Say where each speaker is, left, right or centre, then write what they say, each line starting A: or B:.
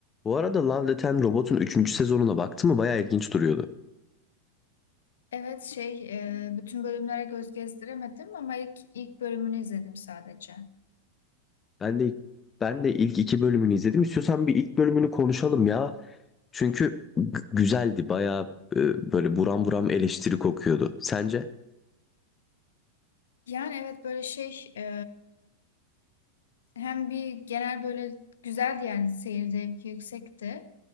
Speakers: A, on the left; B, on the left.
A: Bu arada Love, Death and Robot'un üçüncü sezonuna baktım mı bayağı ilginç duruyordu.
B: Evet şey e, bütün bölümlere göz gezdiremedim ama ilk, ilk bölümünü izledim sadece.
A: Ben de ben de ilk iki bölümünü izledim. İstiyorsan bir ilk bölümünü konuşalım ya. Çünkü g- güzeldi. Bayağı e, böyle buram buram eleştiri kokuyordu. Sence?
B: Yani evet böyle şey e, hem bir genel böyle güzeldi yani seyir zevki yüksekti.